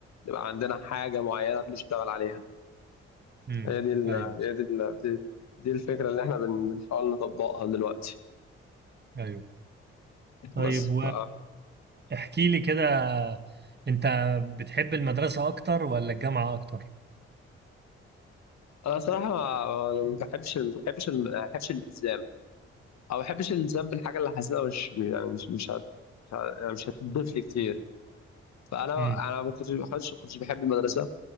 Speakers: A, on the left (about 65°); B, on the right (about 35°).
A: نبقى عندنا حاجه معينه بنشتغل عليها
B: امم
A: هي دي ال
B: ايوه
A: هي دي ال دي, دي الفكره اللي احنا بن- بنحاول نطبقها دلوقتي
B: ايوه طيب
A: بس ف
B: احكي لي كده انت بتحب المدرسة اكتر ولا الجامعة اكتر
A: انا صراحه ما ما بحبش ما بحبش ما بحبش الالتزام او ما بحبش الالتزام بالحاجه اللي حاسسها مش يعني مش مش هت مش هت- يعني مش هتضيف لي كتير فانا
B: امم
A: انا ما كنتش ما كنتش كنتش بحب المدرسه